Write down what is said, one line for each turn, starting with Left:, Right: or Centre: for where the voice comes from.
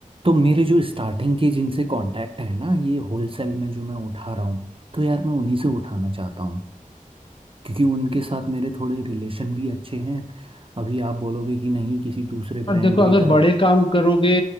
Right: तो मेरे जो स्टार्टिंग के जिनसे कांटेक्ट है ना ये होलसेल में जो मैं उठा रहा हूँ तो यार मैं उन्हीं से उठाना चाहता हूँ क्योंकि उनके साथ मेरे थोड़े रिलेशन भी अच्छे हैं अभी आप बोलोगे कि नहीं किसी दूसरे
Left: और
Right: ब्रांड
Left: देखो अगर
Right: की तरफ
Left: बड़े काम करोगे